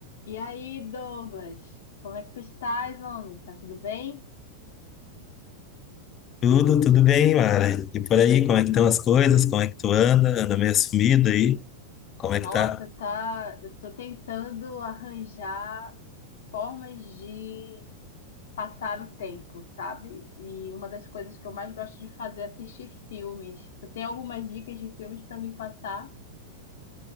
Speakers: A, on the left; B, on the left.
A: E aí, Douglas, como é que tu estás, homem? Tá tudo bem?
B: Tudo, tudo bem, Mara. E por aí, como é que estão as coisas? Como é que tu anda? Anda meio sumido aí? Como é
A: Nossa,
B: que tá?
A: tá. Eu tô tentando arranjar formas de passar o tempo, sabe? E uma das coisas que eu mais gosto de fazer é assistir filmes. Tu tem algumas dicas de filmes pra me passar?